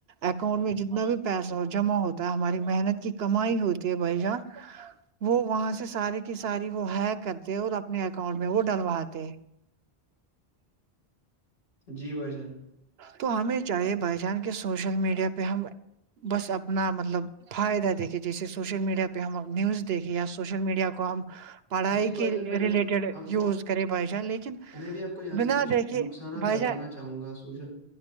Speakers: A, on the right; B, on the left.
A: اکاؤنٹ میں ج جتنا بھی پیسہ ہو جمع ہوتا ہے ہماری محنت کی کمائی ہوتی ہے بھائی جان وہ وہاں سے سارے کی ساری وہ ہیک کرتے اور اپنے اکاؤنٹ میں وہ ڈلواتے
B: جی بھائی جان
A: تو ہمیں چاہے بھائی جان کہ سوشل میڈیا پہ ہم بس اپنا مطلب فائدہ دیکھے جیسے سوشل میڈیا پہ ہم نیوز دیکے یا سوشل میڈیا <unintelligible> کو ہم پڑھائی
B: جی بھائی
A: کے
B: جان
A: ریلیٹڈ
B: میں بھی آپ
A: یوز
B: کو
A: کریں بھائی جان لیکن
B: میں بھی آپ کو یہاں
A: بنا
B: سے کچھ
A: دیکھے
B: نقصانات
A: بھائی
B: بتانا
A: جان
B: چاہوں گا سوشل